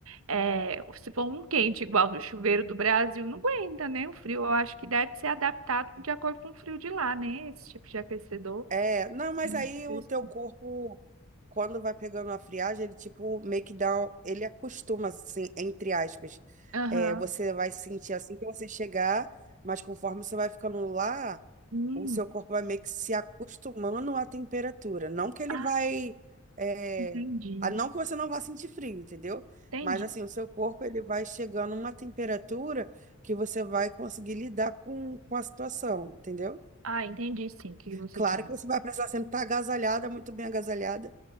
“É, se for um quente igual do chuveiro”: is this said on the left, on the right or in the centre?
Right